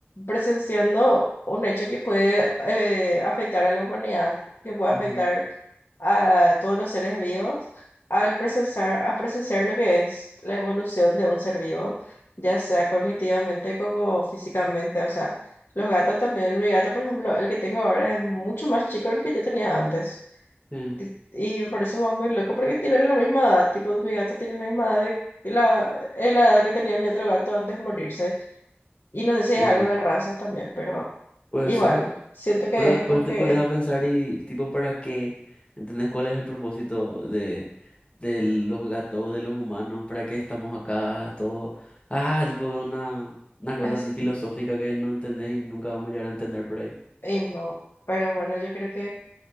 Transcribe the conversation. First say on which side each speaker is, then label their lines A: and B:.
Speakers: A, on the left; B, on the left.
A: presenciando un hecho que puede eh, afectar a la humanidad, que puede
B: Ujú,
A: afectar a todos los seres vivos, al presenciar, a presenciar lo que es la evolución de un ser vivo, ya sea cognitivamente como físicamente, o sea, los gatos también, mi gato, por ejemplo, el que tengo ahora es mucho más chico del que yo tenía antes.
B: Sí,
A: Ti- Y me parece más muy loco porque tienen la misma edad, tipo mi gato tiene la misma edad de, que la, eh, la edad que tenía mi otro gato antes de morirse. Y no sé si
B: ujú,
A: es algo de razas también, pero
B: Puede
A: igual,
B: ser.
A: siento que
B: Pero después
A: es como que
B: te pones a pensar y, tipo, ¿para qué? ¿Entendés cuál es el propósito de, de los gatos, de los humanos? ¿Para qué estamos acá? Todo. Ah, tipo, una, una cosa
A: es,
B: así filosófica que no entendés y nunca vamos a llegar a entender por ahí.
A: y no, pero bueno, yo creo que